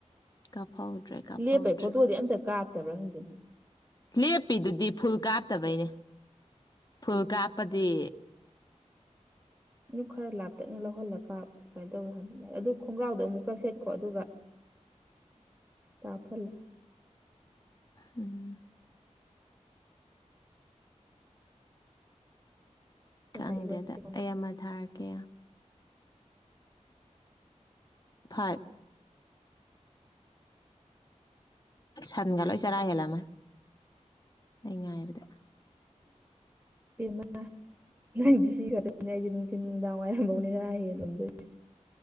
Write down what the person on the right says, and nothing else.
ꯂꯦꯞꯄꯩ ꯐꯣꯇꯣꯗꯤ ꯑꯝꯇ ꯀꯥꯞꯇꯕ꯭ꯔꯥ ꯍꯪꯖꯤꯤꯅꯦ
ꯏ ꯈꯔ ꯂꯥꯞꯇꯛꯅ ꯂꯧꯍꯜꯂꯒ ꯀꯃꯥꯏꯅ ꯇꯧꯔ ꯑꯗꯨ ꯈꯣꯡꯒ꯭ꯔꯥꯎꯗꯣ ꯑꯃꯨꯛꯀ ꯁꯦꯠꯈꯣ ꯑꯗꯨꯒ ꯇꯥꯐꯂ
ꯐꯖꯩꯕꯁꯦ
ꯃ ꯅꯪꯗꯤ ꯁꯤ ꯈꯛꯇꯅꯦ ꯑꯩꯁꯦ ꯅꯨꯡꯊꯤꯤꯟ ꯅꯨꯡꯗꯥꯡ ꯋꯥꯏꯔꯝꯐꯧꯅꯦ ꯈꯔ ꯍꯦ ꯂꯨꯝꯗꯣꯏꯁꯦ